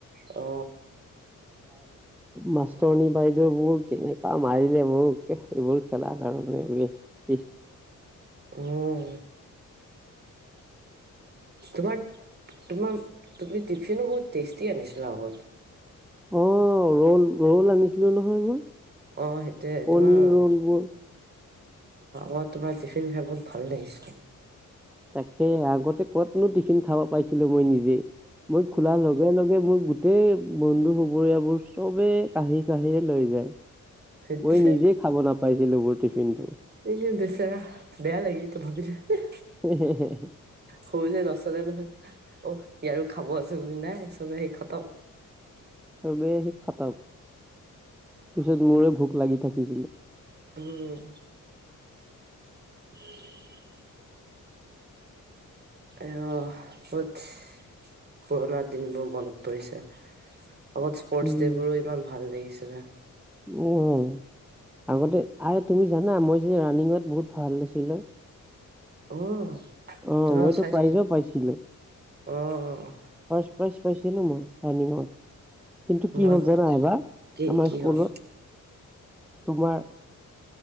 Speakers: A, on the right (about 30°); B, in the centre.
A: অ।
B: মাষ্টৰণী বাইদেউবোৰ কেনেকুৱা মাৰিলে মোক, সেইবোৰ খেলা কাৰণে মিছ
A: উম। তোমাৰ তোমাৰ তুমি এইখিনো বহুত টেষ্টি আনিছিলো, আগত।
B: অ, ৰল, ৰল আনিছিলো নহয় মই।
A: অ' সেইটোয়ে
B: কণী
A: তোমাৰ অ,
B: ৰলবোৰ
A: মই তোমাৰ টিফিন খাই বহুত ভাল লাগিছ।
B: তাকে আগতে কতনো টিফিন খাব, পাইছিলো মই নিজে। মই খোলাৰ লগে, লগে মোৰ গোটেই বন্ধু, চুবুৰীয়াবোৰ, চবেই কাঢ়ি কাঢ়িয়ে লৈ যায়।
A: সেইটোৱে
B: মই নিজে খাব নাপাইছিলো মোৰ টিফিন টো।
A: এইযে, বেচৰা বেয়া লাগে তো ভাবিলো।
B: <inaudible>
A: হৈ যায়, নচলে নহয়। অ' ইয়াৰো খাব আছেো বুলি নাই চবে সেৰি খতম।
B: চবে সি খটাব পিছত মোৰে ভোক লাগি থাকিছিল।
A: উম। <inaudible> অহ, বহুত পুৰণা দিনবোৰ মনত পৰিছে। আগত স্পৰ্টছ
B: উম
A: ডে বোৰো ইমান ভাল লাগিছিলে।
B: উম আগতে আৰু তুমি জানা মই যে ৰাণিঙত বহুত ভাল আছিলোঁ।
A: অ',
B: অ',
A: ত
B: মইতো
A: চাইছো
B: প্ৰাইজো পাইছিলোঁ।
A: অ',
B: ফাৰ্ষ্ট প্ৰাইজ পাইছিলোঁ মই, ৰাণিঙত। কিন্তু কি
A: মই
B: হ'ল
A: ব
B: জানা এইবাৰ?
A: কি
B: আমাৰ
A: কি
B: স্কুলত,
A: হ'ল
B: তোমাৰ